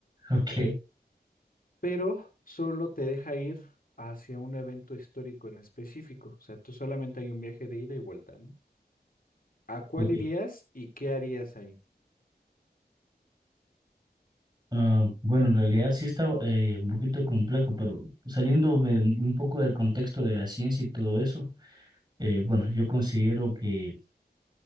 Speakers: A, on the right; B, on the left.
A: ok,
B: pero solo te deja ir hacia un evento histórico en específico. O sea, tú solamente hay un viaje de ida y vuelta, ¿no? ¿A cuál
A: ok.
B: irías y qué harías ahí?
A: Ah, bueno, en realidad sí está eh, un poquito complejo, pero saliéndome un un poco del contexto de la ciencia y todo eso, eh, bueno, yo considero que